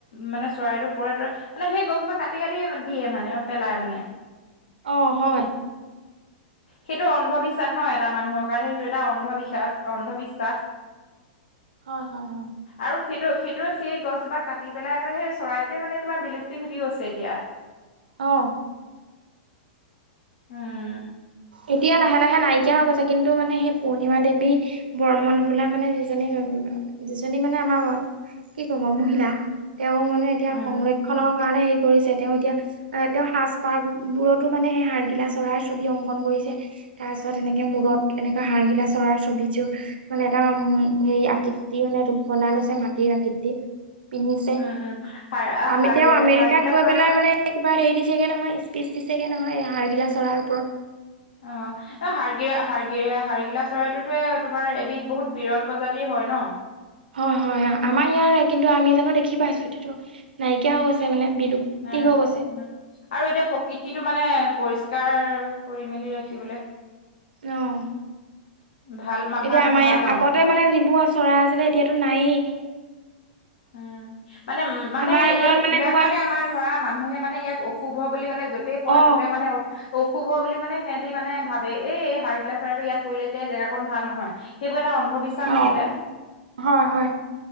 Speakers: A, on the left; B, on the right.
A: মানে, চৰাইটো পৰে, তাৰে মানে, সেই গছজোপা কাটি <unintelligible> দিয়ে মানে, পেলাই মানে।
B: অ'! হয়।
A: সেইটো অন্ধবিশ্বাস ন' এটা মানুহৰ কাৰণে। সেইটো এটা অন্ধবি <unintelligible> অন্ধবিশ্বাস।
B: হয়, হয়, হয়।
A: আৰু সেইটো, সেইটো, সেই গছজোপাৰ কাটি পেলাই মানে, সেই চৰাইটোৱে মানে, তোমাৰ বিলুপ্তি ঘটি গৈছে এতিয়া।
B: অ'!
A: উম!
B: এতিয়া, লাহে লাহে নাইকিয়া হৈ গৈছে। কিন্তু, মানে সেই পূৰ্ণিমা দেৱী বৰ্মন বোলা মানে, যিজনী <unintelligible> যিজনী মানে আমাৰ, কি ক'ম আৰু মহিলা। তেওঁ মানে, এতিয়া
A: উম
B: সংৰক্ষনৰ কাৰণে, হেৰি কৰিছে। তেওঁ এতিয়া, এ তেওঁ সাজ- পাৰ বোৰতো মানে, সে হাৰ্গিলা চৰাই ছবি অং অংকন কৰিছে। তাৰ পাছত, এনেকে মূৰত, এনেকা হাৰ গিলা চৰাইৰ ছবিযোৰ, মানে এটা উ সেই আকৃতি মানে, এইটো বনাই লৈছে, মাটিৰ আকৃতি। পিন্ধিছে।
A: উম উম হাৰ
B: আমি,
A: হাৰ্গি
B: তেওঁ আমেৰিকাত
A: হাৰ্গিলা
B: গৈ
A: চৰাইটো
B: পেলাই মানে কিবা হেৰি দি দিছেগে নহয়, স্পিচ দিছেগে নহয়! এ, হাৰ্গিলা চৰাইৰ ওপৰত।
A: অ'! হাৰ্গি, হাৰ্গি, হাৰ্গিলা চৰাইটো টোৱে, তোমাৰ এবিধ বহুত বিৰল প্ৰজাতিৰ হয় ন?
B: হয়, হয়, আমাৰ ইয়াৰে। কিন্তু, আমি জানোঁ দেখি পাইছো? এতিয়াতো নাইকিয়া হৈ গৈছে মানে। বিলুপ্তি
A: নাই অ'!
B: হৈ গৈছে
A: উম আৰু এতিয়া প্ৰকৃতিটো মানে পৰিষ্কাৰ কৰি মেলি ৰাখিবলে
B: অ'!
A: ভাল মা-
B: এতিয়া,
A: মানে
B: আমাৰ
A: ভাল
B: ইয়াত
A: অ
B: আগতে মানে, যিবোৰ চৰাই আছিলে, এতিয়াতো নাইয়েই।
A: উম! মানে, মানে,
B: আমাৰ
A: ইয়াক,
B: ঘৰত
A: ইয়াক
B: এনেকুৱা
A: মানে আমাৰ ধৰা, মানুহে মানে ইয়াক অশুভ বুলি মানে, য'তেই পৰে,
B: অ
A: ত'তে মানে, অশুভ বুলি মানে, সিহঁতি মানে ভাৱে! এই, হাৰ্গিলা চৰাইটো ইয়াত পৰিলে যে, এই জেগা কন ভাল নহয়। সেইবোৰ এটা অন্ধবিশ্বাস
B: অ
A: আছিলে।
B: হয়, হয়।